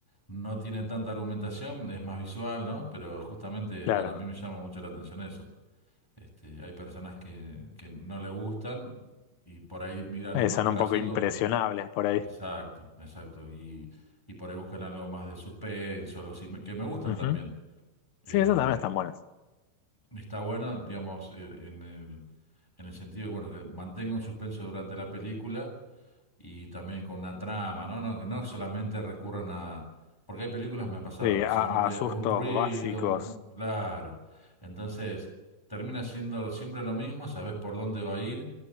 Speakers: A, in the centre; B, on the left (about 85°).
A: no tiene tanta argumentación, es más visual, ¿no? Pero justamente,
B: Claro,
A: bueno, a mí me llama mucho la atención eso. Este, hay personas que, que no le gustan y por ahí mira algo
B: Eh,
A: más
B: son
A: clásico,
B: un poco impresionables
A: más
B: por ahí.
A: Exacto, exacto. Y, y por ahí buscan algo más de suspenso, algo así, me- que me gustan
B: Ujú.
A: también. Eh,
B: Sí, esas también están buenas.
A: está bueno, digamos, eh, en el, en el sentido de, bueno, que mantenga un suspenso durante la película y también con una trama, ¿no? No, que no solamente recurran a... Porque hay películas, me ha pasado,
B: Sí,
A: que
B: a,
A: solamente
B: a sustos
A: o un ruido,
B: básicos.
A: un- claro. Entonces, termina siendo siempre lo mismo, sabes por dónde va a ir